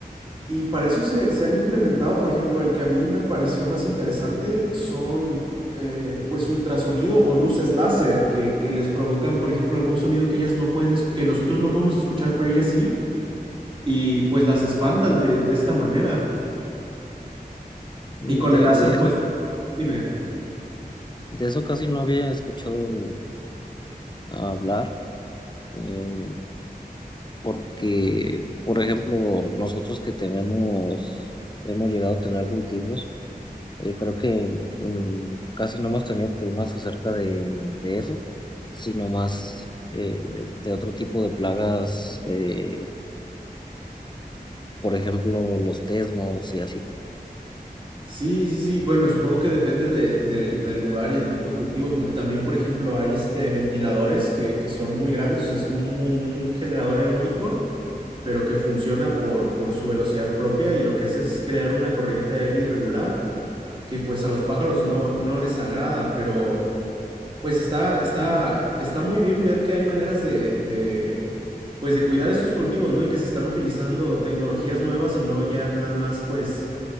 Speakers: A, on the right; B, on the left.
A: Y para eso se, se han implementado, por ejemplo, el que a mí me pareció más interesante son, eh, pues, ultrasonido o luces láser que, que les provocan, por ejemplo, algún sonido que ellas no pueden, es- que nosotros no podemos escuchar, pero ellas sí, y pues las espantan de, de esta manera.
B: De,
A: Y con el láser,
B: de eso,
A: pues, dime. dime.
B: de eso casi no había escuchado hablar eh, porque, por ejemplo, nosotros que tenemos, hemos llegado a tener cultivos Eh, creo que mm, casi no hemos tenido problemas acerca de, de eso, sino más eh, de otro tipo de plagas, eh, por ejemplo, los tesmos y así.
A: Sí, sí, sí. Bueno, supongo que depende de- del, del lugar y el tipo de cultivo, porque también, por ejemplo, hay este ventiladores que, que son muy grandes, o sea, es como un, un generador eólico, pero que funciona por, por su velocidad propia y lo que hace es crear una corriente de aire irregular, que pues a los pájaros no, no les agrada, pero... Pues está, está, está muy bien ver que hay maneras de, de, pues de cuidar estos cultivos, ¿no? Y que se están utilizando tecnologías nuevas y no ya nada más, pues,